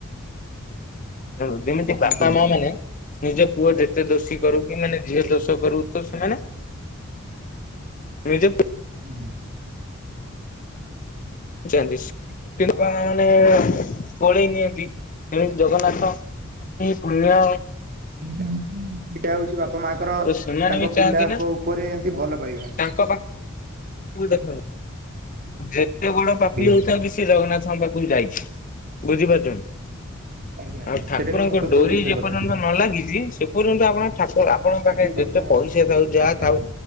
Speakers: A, on the left; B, on the right.
A: ଯେ-ଯେମିତି
B: କୁହନ୍ତୁ
A: ବାପା
B: କୁହନ୍ତୁ।
A: ମା ମାନେ ନିଜ ପୁଅ ଯେତେ ଦୋଷୀ କରୁ କି ମାନେ ଝିଅ ଦୋଷ କରୁ ତ ସେମାନେ ନିଜ
B: ହୁଁ ହୁଁ।
A: ଯାଆନ୍ତି। କିନ୍ତୁ <unintelligible> କୋଳେଇ ନିଅନ୍ତି। ଏମତି ଜଗନ୍ନାଥ <unintelligible>
B: ସେଇଟା ହଉଛି ବାପା ମାଙ୍କର
A: ସେମାନେ
B: ତାଙ୍କ
A: ବି ଚାହାନ୍ତି
B: ପିଲାଙ୍କ
A: ନା
B: ଉପରେ ଏମତି ଭଲ ପାଇବା।
A: ତାଙ୍କ ପାଖ ଭୁଲ୍ ଦେଖନ୍ତି ନି। ଯେତେ ବଡ଼
B: ଆଜ୍ଞା
A: ପାପୀ ହେଇଥାଉ ବି ସେ ଜଗନ୍ନାଥଙ୍କ ପାଖକୁ ଯାଇଛି। ବୁଝି ପାରୁଛନ୍ତି?
B: ଆଜ୍ଞା ଆଜ୍ଞା
A: ଆଉ ଠାକୁରଙ୍କ
B: ସେଇଟା ବି ମୁଁ ତ
A: ଡୋରି
B: କହୁଛି ସେ
A: ଯେ
B: କଥା
A: ପର୍ଯ୍ୟନ୍ତ ନ ଲାଗିଛି, ସେ ପର୍ଯ୍ୟନ୍ତ ଆପଣ ଠାକୁର ଆପଣ ପାଖରେ
B: ସେଠିକି ବି
A: ଯେତେ
B: ଯିବା
A: ପଇସା
B: କଥା।
A: ଥାଉ ଯାହା
B: ଆଜ୍ଞା
A: ଥାଉ
B: ଆଜ୍ଞା